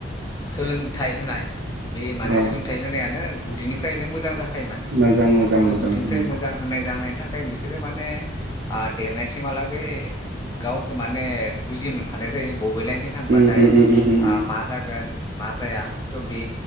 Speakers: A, on the left; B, on the right.
A: सोलोंथाइ होनाय। बे माने
B: अ
A: सोलोंथा। होनायानो गुदिनिफ्रायनो मोजां जाखा फाथो माने
B: मोजां मोजां
A: दा बे
B: मोजां
A: गुदैनिफ्राय
B: उम
A: मोजां होनाय जाहोनायनि थाखाय। बिसोरो माने ओ देरनायसिमहालागै गावखौ माने बुजि मोनखानाय जायो। बबे लाइनथिं थांनायानो
B: उम उम उम उम उम
A: मा जागोन। मा जाया थ' बे